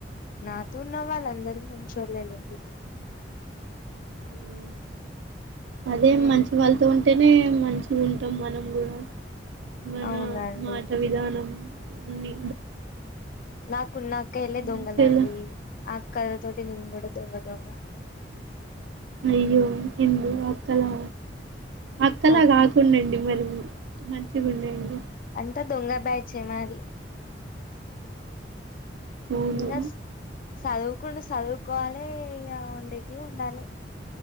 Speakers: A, on the left; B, on the right.
A: నాతో ఉన్న వాళ్ళందరూ మంచోల్లే అండి
B: అవునా అదే
A: ఉమ్
B: మంచి వాళ్ళతో ఉంటేనే మంచిగుంటాం మనం కూడా మన
A: అవునండి
B: మాట విధానం అన్ని
A: నాకున్నా అక్కయల్లే దొంగలండి
B: మంచిగా
A: అక్కాల తోటి నేన్ కూడా దోంగ దొంగ
B: అయ్యో హందు అక్కలా అక్కలా
A: అక్క
B: కాకుండాండి మరి మంచిగుండండి
A: అంతా దొంగ బ్యాచ్ ఏ మాది
B: అవును
A: ఇంగ చదువుకుండు చదువుకోవాలే ఇగ ఉండేటివు ఉండాలే